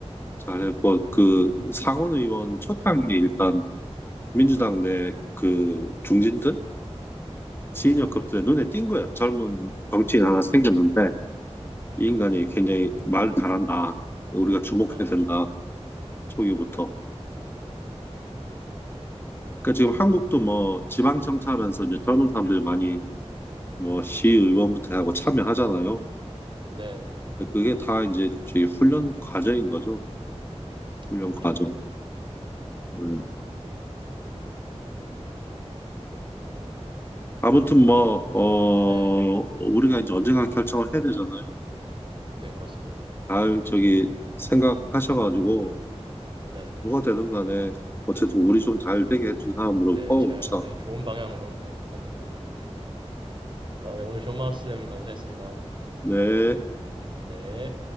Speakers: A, on the left (about 20°); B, on the right (about 45°).
A: 잘했고, 그 상원의원 초창기에 일단 민주당 내 그 중진들, 시니어급들의
B: 음, 네.
A: 눈에 띈 거야. 젊은 정치인 하나 생겼는데,
B: 음,
A: 이 인간이 굉장히 말 잘한다. 우리가 주목해야
B: 아,
A: 된다.
B: 네.
A: 초기부터. 그러니까 지금 한국도 뭐 지방청차하면서 이제 젊은 사람들이 많이 뭐 시의원부터 하고 참여하잖아요.
B: 네네.
A: 근데 그게 다 이제 저희 훈련 과정인 거죠. 훈련
B: 그렇죠.
A: 과정. 음.
B: 어,
A: 아무튼 뭐,
B: 네,
A: 어,
B: 네,
A: 우리가 이제 언젠가 결정을 해야 되잖아요.
B: 네, 그렇습니다.
A: 잘 저기 생각하셔가지고
B: 네,
A: 누가 되든 간에 어쨌든 우리 좀 잘 되게 해준 사람으로
B: 네,
A: 뽑아봅시다.
B: 잘, 네, 좋은 방향으로, 네, 하는 걸로 해야죠. 네. 어, 네, 오늘 좋은 말씀 감사했습니다.
A: 네.
B: 네.